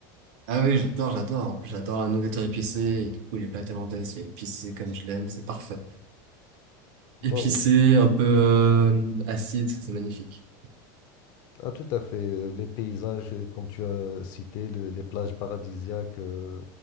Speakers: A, on the right (about 45°); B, on the left (about 40°).
A: Ah oui, j'adore, j'adore. En plus, j'adore la nourriture épicée. Et du coup, les plats thaïlandais, ils sont épicés comme je l'aime. C'est parfait. Épicé,
B: Waouh.
A: un peu euh, acide, c'est c'est magnifique.
B: Ah, tout à fait. Euh, Les paysages, euh, comme tu as cité, le- les plages paradisiaques, euh,